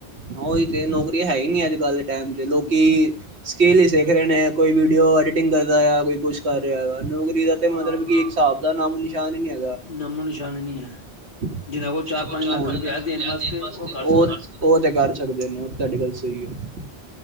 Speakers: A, on the right; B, on the left.
A: ਉਹੀ ਤੇ ਨੌਕਰੀ ਹੈ, ਹੀ ਨੀ ਅੱਜ-ਕੱਲ ਦੇ ਟਾਈਮ ਤੇ ਲੋਕੀ।
B: ਹਮ
A: ਸਕਿੱਲ ਹੀ ਸਿੱਖ ਰਹੇ ਨੇ, ਆ ਕੋਈ ਵੀਡੀਓ ਐਡੀਟਿੰਗ ਕਰਦਾ ਆ ਕੋਈ ਕੁਛ ਕਰ ਰਿਹਾ ਵਾ ਨੌਕਰੀ ਦਾ। ਤੇ
B: ਹਾਂ
A: ਮਤਲਬ ਕਿ ਇੱਕ ਹਿਸਾਬ ਦਾ ਨਾਮ ਨਿਸ਼ਾਨ ਹੀ ਐ।
B: ਨਾਮੋ ਨਿਸ਼ਾਨ ਨਹੀਂ ਹੈ।
A: ਪੰਜ
B: ਜਿਨਾਂ ਕੋਲ ਚਾਰ ਰੁਪਇਆ
A: ਲੱਖ ਰੁਪ ਦੇਣ ਵਾਸਤੇ
B: ਕਰ
A: ਉਹ
B: ਸਕਦਾ
A: ਉਹ ਤੇ ਕਰ ਸਕਦੇ ਨੇ, ਤੁਹਾਡੀ ਗੱਲ ਸਹੀ ਐ।